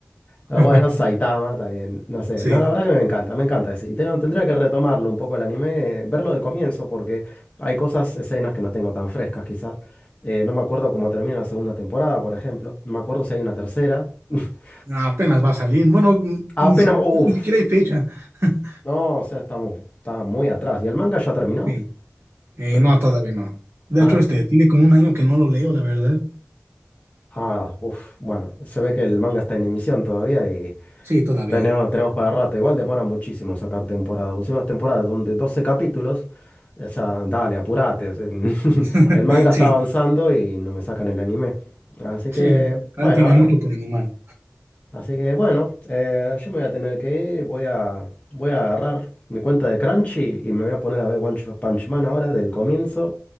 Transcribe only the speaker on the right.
<laughs>
Sí.
Apenas va a salir. Bueno,
ni, si-
ni siquiera hay fecha. <laughs>
Sí. Eh,
no, todavía no. De
hecho, este, tiene como un año que no lo leo, la verdad.
Sí, todavía.
<laughs>
Sí,
sí,
ahora tiene
mucho por animal.